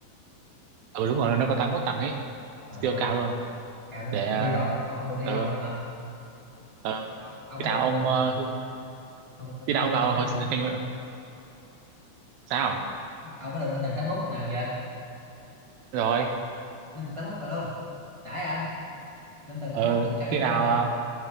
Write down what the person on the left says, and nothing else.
à
cao chứ
là ông
đi rồi ông ông được đi
rồi luôn hả
Dạ, ông, ông
có
được lên
tầng
ông được
ông
được
lên
tầng tám
ông có được lên tầng tám mốt lần nào chưa
lên tầng tám mốt rồi luôn đãi à lên tầng
tám mốt tầng cao nhất
luôn hả